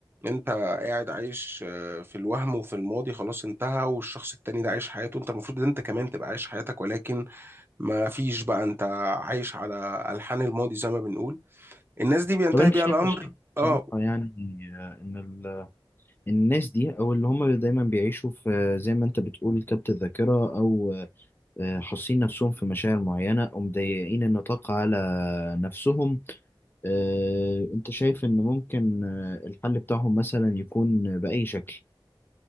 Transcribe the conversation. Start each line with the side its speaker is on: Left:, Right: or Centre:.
Right: أنت قاعد عايش آه، في الوهم وفي الماضي خلاص انتهى والشخص التاني ده عايش حياته أنت المفروض إن أنت كمان تبقى عايش حياتك ولكن ما فيش بقى أنت عايش على ألحان الماضي زي ما بنقول الناس دي بينتهي
Left: طب أنت
Right: بيها
Left: شايف
Right: الأمر
Left: الشيء بصراحة
Right: اه
Left: يعني آه، إن ال- الناس دي أو اللي هم دايما بيعيشوا في آه، زي ما أنت بتقول كبت الذاكرة أو آه، حاسين نفسهم في مشاعر معينة أو مضيقين النطاق على نفسهم آه، أنت شايف إن ممكن آه، الحل بتاعهم مثلا يكون بأي شكل